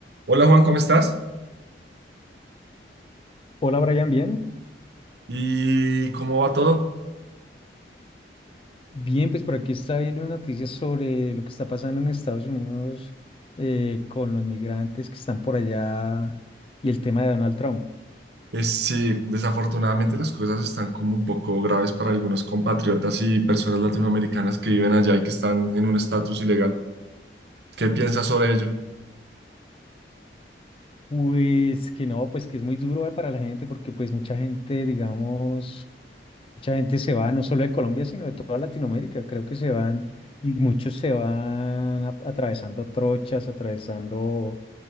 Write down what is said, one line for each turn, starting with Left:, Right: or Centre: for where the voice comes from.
Right: Hola Juan, ¿cómo estás?
Left: Hola Brian, ¿bien?
Right: ¿Y cómo va todo?
Left: Bien, pues por aquí está viendo noticias sobre lo que está pasando en Estados Unidos eh, con los migrantes que están por allá y el tema de Donald Trump.
Right: Es, sí, desafortunadamente las cosas están como un poco graves para algunos compatriotas y personas latinoamericanas que viven allá y que están en un estatus ilegal. ¿Qué piensas sobre ello?
Left: Pues que no, pues que es muy duro eh, para la gente porque pues mucha gente, digamos... Mucha gente se va no solo de Colombia, sino de toda Latinoamérica. Creo que se van y muchos se van a- atravesando trochas, atravesando